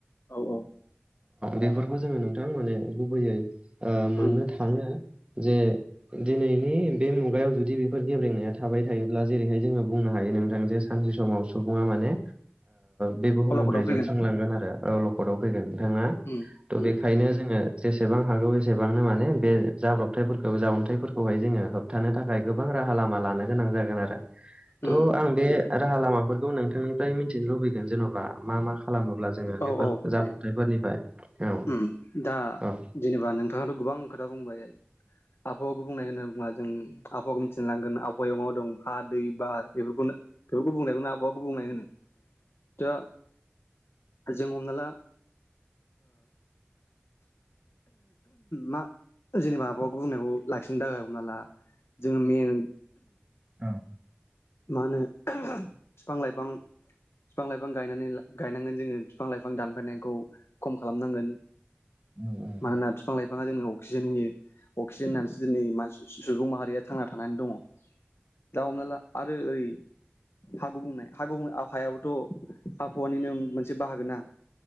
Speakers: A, on the left; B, on the right.
A: औ औ
B: बेफोरखौ जोङो नोंथां माने गुबैयै मोननो
A: उम
B: जे दिनैनि बे मुगायाव जुदि बेफोर गेब्रेंनाया थाबाय थायोब्ला जेरैहाय जोङो बुंनो हायो नोंथां जे सानसे समाव सुबुङा माने बे बुहुमनिफ्राय
A: अलखदाव फैगोन
B: जोबस्रलांगोन आरोलखदाव फैगोन नोंथाङा
A: उम
B: थ'
A: उम
B: बेखायनो जोङो जेसेबां हागौ एसेबांनो माने बे जाब्रबथायफोरखौ जावन्थायाइफोरखौहाय जोङो होबथानो थाखाय गोबां राहा लामा लानो गोनां जागोन आरो थ'
A: उम
B: आं बे राहा लामाफोरखौ नोंथांनिफ्राय मिथिनो लुबैगोन जेन'बा मा मा खालामोब्ला जोङो
A: औ
B: बेफोर
A: औ
B: जाब्रबथायफोरनिफ्राय
A: दे
B: औ
A: उम दा
B: औ
A: जेनेबा नोंथाङाथ' गोबां खोथा बुंबाय आबहावाखौ बुंनाय होनो बुोब्ला जों आबहावाखौ मिथिनो लांगोन आबहावायाव मा दं हा दै बार बेफोरखौनो बेफोर गुबुंनायखौनो आबहावा गुबुंनाय होनो दा जों हमना ला मा जेनेबा माबा बुंनायखौ लाखिनो थाखायमना ला जोङो मेेन
B: औ
A: मा होनो बिफां लाइफां बिफां लाइफांनानै गायनांगोन जोङो बिफां लाइफां दानफायनायखौ खम खालामनांगोन
B: औ
A: मानोना बिफां लाइफांां बिफाङा जोंनो अक्सिजेन होयो अक्सिजेन होननानैसो दिनै मानसि सुबुं माहारिया थांना थानानै दङ दा हमना ला आरो ओरै हागु बुंनाय हागौ आहायाबोथ' आबहावानिनो मोनसे बाहागो ना